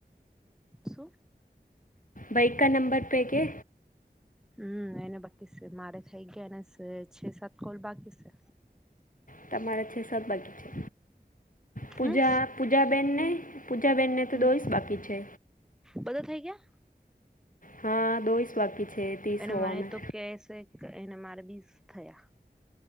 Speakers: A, in the centre; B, on the left.
A: શું
B: બાઇક કા નંબર પેકે
A: હમ્મ એને બાકી સે મારે થઈ ગયા એને સે છે સાત કોલ બાકી સે
B: તમારા છ સાત બાકી છે પૂજા
A: હમ
B: પૂજાબેનને પૂજાબેનને તો
A: હમ
B: દોઈસ બાકી છે
A: બધા થઈ ગયા?
B: હા દોઇસ બાકી છે તીસ
A: એને
B: હોવા
A: મને
B: મેં
A: તો કે શે કે એને મારા બીસ થયા